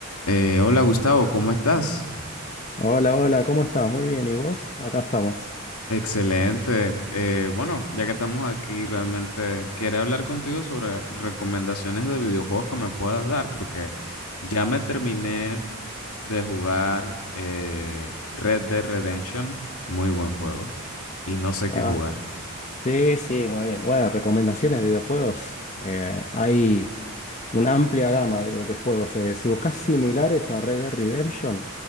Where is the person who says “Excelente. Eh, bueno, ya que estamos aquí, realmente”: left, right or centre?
Left